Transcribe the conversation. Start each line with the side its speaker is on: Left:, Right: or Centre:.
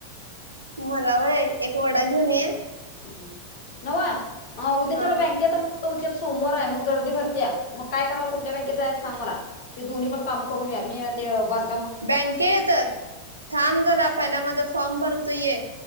Right: मला वय एक वडा घेऊन ये
Left: हम् नवा उद्या
Right: हा
Left: चला बँकता तुच्यात सोमवार आहे मग गर्दी भरती मग काय करावं कुठल्या बँकेत जायचं सांग मला ते दोन्ही पण काम कर मी ते बांध
Right: बँके येत थांब झाला पहिला माझा फॉर्म भरतोय